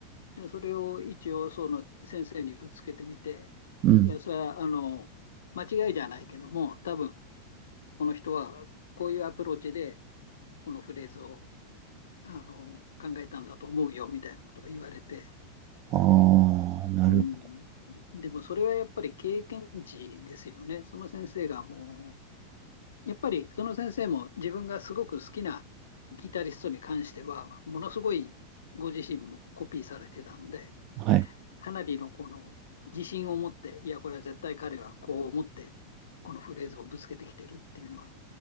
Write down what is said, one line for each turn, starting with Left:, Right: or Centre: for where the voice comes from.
Left: でそれを一応その先生にぶつけてみて、
Right: うん。
Left: いや、それはあの間違いじゃないけども、多分この人はこういうアプローチでこのフレーズをあの考えたんだと思うよみたいなことを言われて、
Right: ああ、なるほ
Left: うん、でもそれはやっぱり経験値ですよね。その先生がもう、やっぱりその先生も自分がすごく好きなギタリストに関しては、ものすごいご自身もコピーされてたんで、
Right: ど。はい。
Left: かなりのこの自信を持って、いや、これは絶対彼はこう思って、このフレーズをぶつけてきてるっていうのは